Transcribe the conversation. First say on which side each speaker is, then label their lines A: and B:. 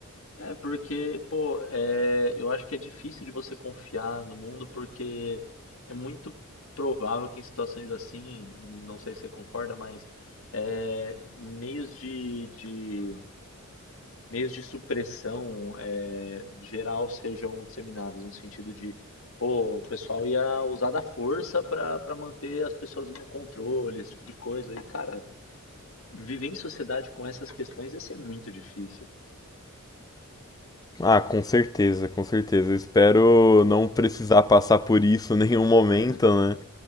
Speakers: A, on the left; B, on the left.
A: É, porque, pô, é, eu acho que é difícil de você confiar no mundo, porque é muito provável que em situações assim, não sei se você concorda, mas é, meios de, de meios de supressão é, geral sejam disseminados, no sentido de, pô, o pessoal ia usar da força para manter as pessoas no controle, esse tipo de coisa. E, cara, viver em sociedade com essas questões ia ser muito difícil.
B: Ah, com certeza, com certeza. Eu espero não precisar passar por isso em nenhum momento,
A: É,
B: né?